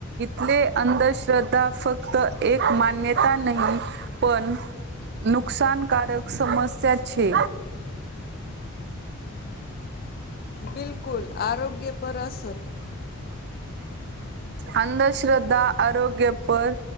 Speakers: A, on the right; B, on the left.
A: થલે અંધશ્રદ્ધા ફક્ત એક માન્યતા નહી પણ નુકસાનકારક સમસ્યા છે
B: બિલકુલ આરોગ્ય પર અસર
A: અંધશ્રદ્ધા આરોગ્ય પર